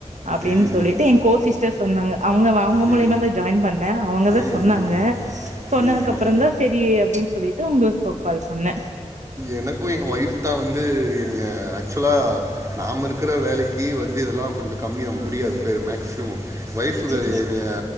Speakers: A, on the right; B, on the right.
A: அப்டின்
B: ம்,
A: சொல்லிட்டு
B: ம்.
A: எ கோசிஸ்டர் சொன்னாங்க அவுங்க வ அவுங்க
B: ம்,
A: மூலியமாதா ஜாய்ன் பொண்ணே அவுங்க தா
B: ம்,
A: சொன்னாங்க
B: ம்,
A: சொன்னதுக்கப்
B: ம், ம்.
A: ற செரி அப்டின் சொல்லிட்டு உங்களுக்கு கால் பண்ணே
B: எனக்கு‌ எ ஒய்ஃப் தா வந்து என்னய ஆக்சுலா நாம இருக்கிற வேலைக்கி வந்து இதெல்லா கொஞ்ச கம்மியா முடியாது பேரு மேக்சிமம் ஒய்ஃபுக்கு
A: செரி
B: நீங்க